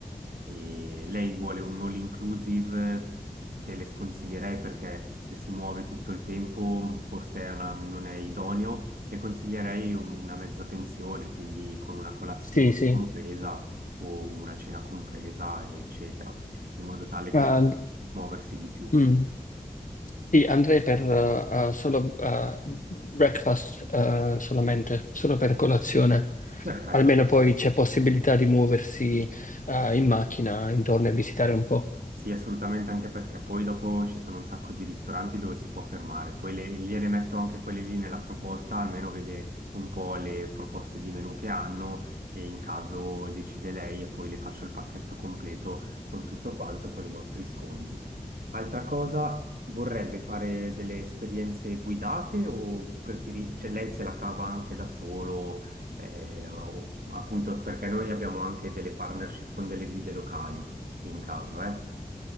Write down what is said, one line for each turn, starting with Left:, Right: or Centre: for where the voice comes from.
Right: e lei vuole un all inclusive che le sconsiglierei perché se si muove tutto il tempo mh, forse è una- non è idoneo. Le consiglierei una mezza pensione, quindi con una colazione
Left: Sì, sì.
Right: compresa o una cena compresa, eccetera, in modo tale che
Left: Ah,
Right: muoversi di più.
Left: mm. Sì, andrei per eh, eh, solo eh, breakfast, eh, solamente, solo per colazione.
Right: Perfetto,
Left: Almeno poi c'è possibilità di muoversi eh, in macchina intorno e visitare un po'.
Right: Sì, assolutamente, anche perché poi dopo ci sono un sacco di ristoranti dove si può fermare, poi le- gliele metto anche quelle lì nella proposta, almeno vede un po' le proposte di menù che hanno e in caso decide lei e poi le faccio il pacchetto completo con tutto quanto, con i nostri sconti. Altra cosa, vorrebbe fare delle esperienze guidate o preferi... cioè lei se la cava anche da solo, eh, o- appunto perché noi abbiamo anche delle partnership con delle guide locali in caso, eh?